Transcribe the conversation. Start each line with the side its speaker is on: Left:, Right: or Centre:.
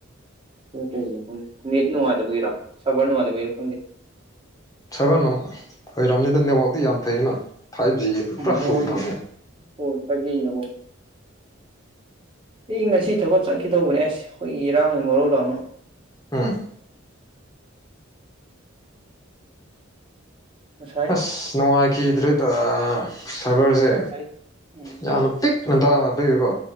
Right: ꯀꯩꯅꯣ ꯅꯦꯠ ꯅꯨꯡꯉꯥꯏꯇꯕꯒꯤꯔꯣ ꯁꯥꯔꯚꯔ ꯅꯨꯡꯉꯥꯏꯇꯕꯒꯤꯔ ꯈꯪꯗꯦ
Left: ꯁꯥꯚꯔ ꯅ ꯑꯣꯏꯔꯔꯕꯝꯅꯤꯗ ꯅꯦꯠꯋꯥꯛꯇꯤ ꯌꯥꯝ ꯐꯩꯌꯦꯅ ꯐꯥꯏꯚꯖꯤ ꯄꯨꯔꯥ
Right: ꯅꯦꯠꯋꯥꯛꯗꯤ
Left: ꯐꯨꯜ ꯐꯪꯉꯦ
Right: ꯍꯣꯏ ꯐꯥꯏꯚ ꯖꯤꯅꯤ ꯑꯩꯈꯣꯏ ꯑꯩ ꯉꯁꯤ ꯊꯕꯛ ꯆꯠꯈꯤꯗꯧꯕꯅꯦ ꯑꯁ ꯑꯩꯈꯣꯏ ꯏꯔꯥꯡꯅꯤ ꯃꯔꯣꯜ ꯑꯃ
Left: ꯎꯝ
Right: ꯉꯁꯥꯏ
Left: ꯑꯁ ꯅꯨꯡꯉꯥꯏꯈꯤꯗ꯭ꯔꯦꯗ ꯁꯥꯔꯚꯔꯁꯦ
Right: ꯉꯁꯥꯏ ꯎꯝ
Left: ꯌꯥꯝꯅ ꯄꯤꯛ ꯉꯟꯇꯥꯅ ꯄꯤꯕ